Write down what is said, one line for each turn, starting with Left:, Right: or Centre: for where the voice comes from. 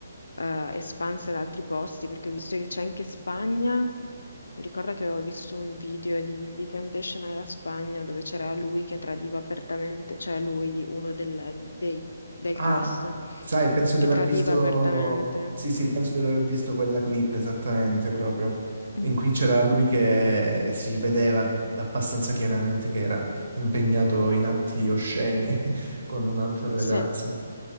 Left: eh, espansa ad altri posti, perché ho visto che c'è anche Spagna, mi ricordo che avevo visto un video di, di Temptation alla Spagna dove c'era lui che tradiva apertamente, cioè lui, uno del, dei- del
Right: Ah,
Left: cast,
Right: sai, penso di
Left: che
Right: aver
Left: tradiva
Right: visto.
Left: apertamente.
Right: Sì, sì, penso di aver visto quella clip esattamente proprio.
Left: Mm,
Right: In cui c'era lui che si vedeva abbastanza chiaramente che era impegnato in atti osceni <laughs> con un'altra ragazza.
Left: Sì,